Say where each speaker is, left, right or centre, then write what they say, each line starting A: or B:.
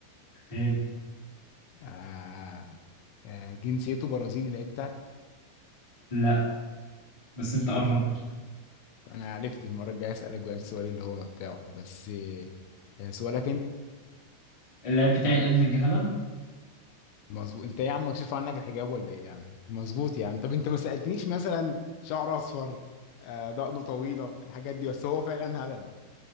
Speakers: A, on the left (about 25°); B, on the left (about 80°).
A: تمام
B: آه، آه، جنسيته برازيلي اللعيب بتاعك
A: لا بس انت قربت
B: انا عرفت المره الجايه اسالك بقى السؤال اللي هو بتاعه بس آه، سؤالك انت
A: اللاعب بتاعي ايرلينج هالاند
B: مظبوط انت إيه يا عم مكشوف عنك الحجاب ولا ايه يا عم مظبوط يا عم طب انت ما سالتنيش مثلا شعر اصفر آه، دقنه طويله الحاجات دي بس هو فعلا هبل